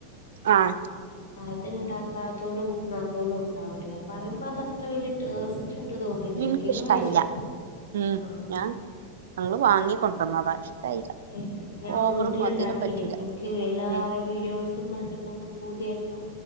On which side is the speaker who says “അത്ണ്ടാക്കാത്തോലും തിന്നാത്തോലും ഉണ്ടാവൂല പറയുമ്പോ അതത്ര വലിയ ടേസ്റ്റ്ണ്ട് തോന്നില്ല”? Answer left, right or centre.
Left